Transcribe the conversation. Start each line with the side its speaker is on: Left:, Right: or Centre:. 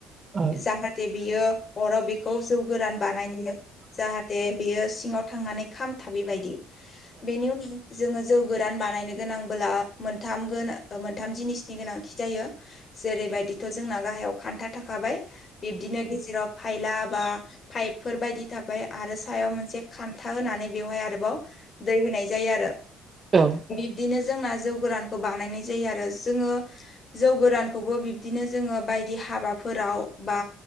Right: औ उम
Left: जाहाथे बियो हराव बेखौ जौ गोरान बानायनो जाहाथे बेयो सिङाव थांनानै खामथाबि बायदि बेनि उनाव जोङो जौ गोरान बानायनो गोनांबोला मोनथाम गोनां मोनथाम जिनिसनि गोनांथि जायो। जेरैबायदिथ' जोंना गाहायाव खान्था थाखाबाय बिब्दिनो गेजेराव फायला बा पाइपफोर बायदि थाबाय आरो सायाव मोनसे खान्था होनानै बेवहाय आरोबाव दै होनाय जायो आरो।
Right: उम
Left: बिब्दिनो जोंना जौ गोरानखौ बानायनाय जायो आरो जोङो जौ गोरानखौबो बि बिदिनो जोङो बायदि हाबाफोराव बा